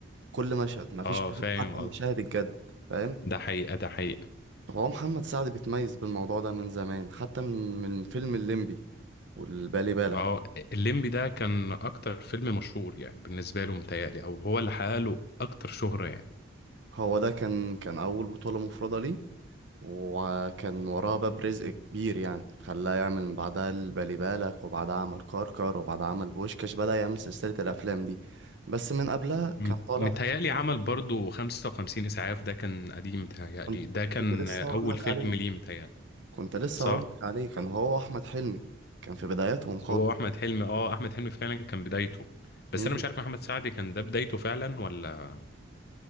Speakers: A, on the right; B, on the left.
A: كل مشهد مفيش
B: آه
A: مشهد
B: فاهم
A: حتى
B: قصدي
A: مشاهد الجد فاهم
B: ده حقيقة ده حقيقة
A: هو محمد سعد بيتميز بالموضوع ده من زمان حتى من من فيلم الليمبي والبالي بالك
B: آه الليمبي ده كان أكتر فيلم مشهور يعني بالنسبة له متهيألي أو هو اللي حقق له أكتر شهرة يعني
A: هو ده كان كان أول بطولة مفردة ليه وكان وراه باب رزق كبير يعني خلاه يعمل من بعدها البالي بالك وبعدها عمل كركر وبعدها عمل بوشكاش بدأ يعمل سلسلة الأفلام دي بس من قبلها
B: مت-
A: كان طالع
B: متهيألي
A: في فيلم
B: عمل برضو 55 إسعاف ده كان قديم متهيألي
A: كنت
B: ده كان
A: كنت لسه
B: أول
A: هقول لك
B: فيلم
A: عليه
B: ليه متهيألي
A: كنت لسه
B: صح؟
A: هقول لك عليه كان هو أحمد حلمي كان في بداياتهم خالص
B: هو أحمد حلمي اه أحمد حلمي فعلا كان بدايته
A: مم.
B: بس أنا مش عارف محمد سعد كان ده بدايته فعلا ولا